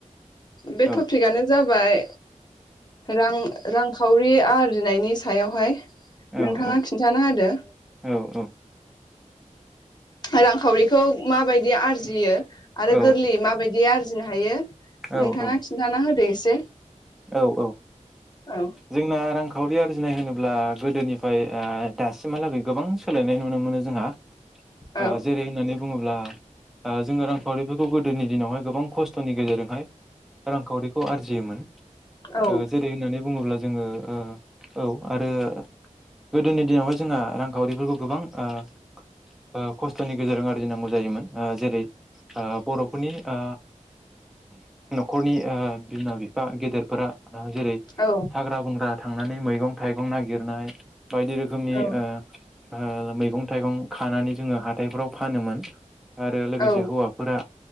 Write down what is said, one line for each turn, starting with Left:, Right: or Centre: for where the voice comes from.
Left: बे
Centre: औ
Left: टपिकआनो जा बाय रां रांखावरि आरजिनायनि सायावहाय।
Centre: औ
Left: नोंथाङा
Centre: औ
Left: खिन्थाना होदो।
Centre: औ औ
Left: रांखावरिखौ माबाय दि आरजियो आरो
Centre: औ
Left: गोरलैयै माबायदि आरजिनो हायो
Centre: औ
Left: नोंथाङा
Centre: औ
Left: खिन्थाना होदो एसे
Centre: औ औ।
Left: औ
Centre: जोंना रां खावरि आरजिनाय होनोब्ला गोदोनिफ्राय ओ दासिमहालागै गोबां सोलायनाय नुनो मोनो जोंहा।
Left: औ
Centre: ओ जेरै होननानै बुङोब्ला ओ जोङो रांखावरिफोरखौ गोदोनि दिनावहाय गोबां खस्थ'नि गेजेरजोंहाय रांखावरिखौ आरजियोमोन। ओ
Left: औ
Centre: जेरै होननानै बुङोब्ला जोङो ओ औ आरो गोदोनि दिनावहाय जोंहा रांखावरिफोरखौ गोबां आ खस्थ'नि गेजेरजों आरजिनांगौ जायोमोन। आ जेरै आ बर'फोरनि आ न'खरनि बिमा बिफा गेदेरफोरा रा जेरै
Left: औ
Centre: हाग्रा बंग्रा थांनानै मैगं थाइगं नागिरनाय बायदि रोखोमनि
Left: औ
Centre: ओ ओ मैगं थाइगं खानानै जोङो हाथायफोराव फानोमोन। आरो लोगोसे
Left: औ
Centre: हौवाफोरा